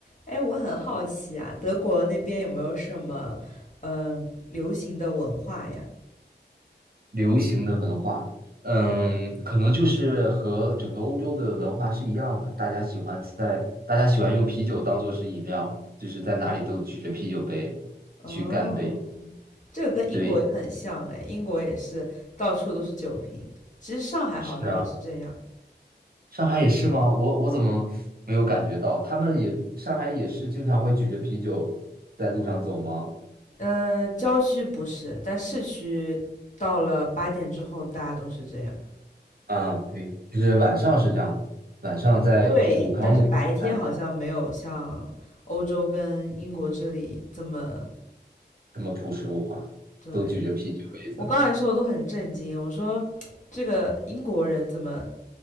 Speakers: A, on the left; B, on the right.
A: 哎，我很好奇啊，德国那边有没有什么呃流行的文化呀？
B: 流行的文化，嗯，可能就是和整个欧洲的文化是一样的，大家喜欢在大家喜欢用啤酒当做是饮料，就是在哪里都举着啤酒杯去干杯。
A: 哦，这个跟英国也很像哎，
B: 对，
A: 英国也是到处都是酒瓶。其实上海好像也是这样，
B: 是啊，上海也是吗？我我怎么没有感觉到？他们也上海也是经常会举着啤酒在路上走吗？
A: 呃，郊区不是，但市区到了八点之后，大家都是这样。
B: 啊，对，就是晚上是这样的，晚上在就是武康路那边他们
A: 对，但是白天好像没有像欧洲跟英国这里这么，
B: 这么朴实无华，
A: 对，
B: 都举着啤酒杯子。
A: 我刚才说的都很震惊，我说这个英国人怎么